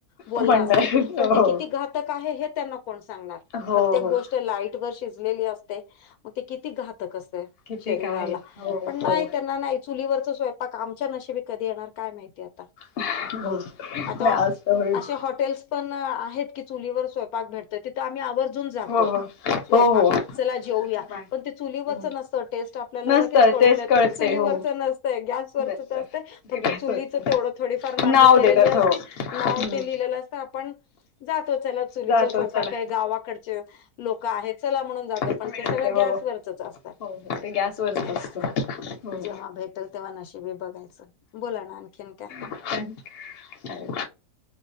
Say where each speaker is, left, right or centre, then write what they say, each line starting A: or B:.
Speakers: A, on the left; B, on the left.
A: बोलण
B: म्हणणार
A: असतय पण ते
B: हो
A: किती घातक आहे हे त्यांना कोण सांगणार
B: हो
A: प्रत्येक
B: हो
A: गोष्ट लाईट वर शिजलेली असते मग ते किती घातक असते.
B: किती
A: शरीराला
B: काय आहे. हो
A: पण
B: हो
A: नाही त्यांना नाही चुलीवरच स्वयंपाक आमच्या नशीबी कधी येणार काय माहिती आता.
B: हो नाही
A: आता
B: आज तर होईल.
A: असे हॉटेल्स पण आहेत की चुलीवर स्वयंपाक भेटतो तिथं आम्ही आवर्जून जातो.
B: हो हो
A: स्वयंपाक
B: हो हो
A: चला जेऊया
B: इकडे बाय
A: पण ते चुलीवरच
B: हम्म
A: नसतं टेस्ट आपल्याला
B: नसतं
A: लगेच कळून
B: तेच
A: येते
B: कळते
A: चुलीवरच
B: हो
A: नसतं गॅसवरचच
B: नसतं.
A: असतं
B: ग्लास
A: फक्त चुलीच
B: होत
A: तें थोडीफार मांडणी
B: नाव
A: केलेली
B: देतात
A: असते.
B: हो. हम्म
A: नाव ते लिहिलेलं असतं आपण. जातो चला चुलीचा
B: जातो
A: स्वयंपाक
B: चला
A: काय गावाकडचे लोक आहेत. चला म्हणून जातात
B: मिळते
A: पण ते सगळ
B: हो.
A: गॅसवरचच असत,
B: हो हो. ते गॅसवरच
A: चला
B: असतं. हो.
A: जेव्हा भेटल तेव्हा नशीबी बघायचं, बोला ना आणखीन काय?
B: काय